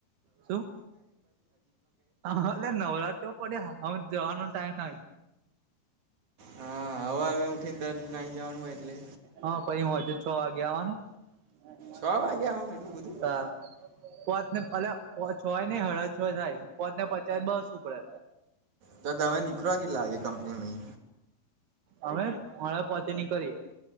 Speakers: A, on the right (about 80°); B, on the right (about 45°).
A: શું હ એ નવરાત્ર પડ્યા હ જવાનો ટાઈમ ના.
B: હા હવારમાં ઉઠીને તરત નાહી જવાનું હોય એટલે
A: હા પઈ હુંજ છ વાગે આવાનું. <unintelligible>
B: છ વાગે આવવાનું એટલું બધું
A: ને પલા છ હોય ને હળદ છય થાય પોત ને પચાય બસ શું પડે.
B: તો તમે ની કરો કેટલા વાગે કંપની માઇ.
A: અમે પોણા પાંચે નીકળીએ